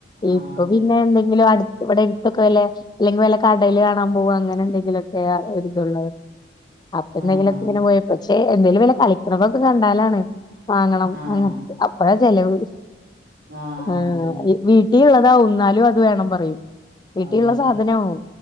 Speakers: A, on the right; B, on the left.
A: ആഹ്
B: ഇപ്പൊ
A: അതെ
B: പിന്നെ എന്തെങ്കിലും അട് ഇവിടെ എട്ത്തൊക്കെ വല്ലെ അല്ലെങ്കി വല്ല കടല് കാണാ പോക അങ്ങനെ എന്തെങ്കിലൊക്കെ ഒര് ഇതൊള്ളു അപ്പൊ എന്തെങ്കിലൊക്ക
A: ആഹ്
B: ഇങ്ങനെ പോയ പക്ഷേ എന്തേലും വല്ല കളിക്ക്ണതൊക്ക കണ്ടാലാണ് വാങ്ങണം
A: ആഹ്
B: അങ്ങനെ അപ്പഴാ ചെലവ്
A: ആഹ്
B: ആഹാ
A: അതന്നെ
B: വീട്ടി ഇള്ളതാവും ഇന്നാലും അത് വേണം പറയും വീട്ടി
A: അതന്നെ
B: ഇള്ള സാധനാവും